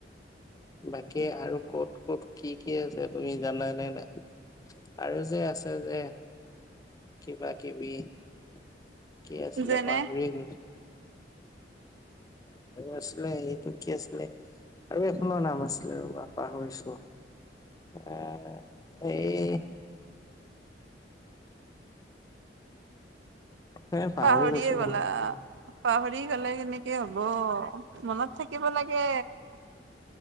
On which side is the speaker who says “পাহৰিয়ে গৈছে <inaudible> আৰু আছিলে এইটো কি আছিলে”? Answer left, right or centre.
Left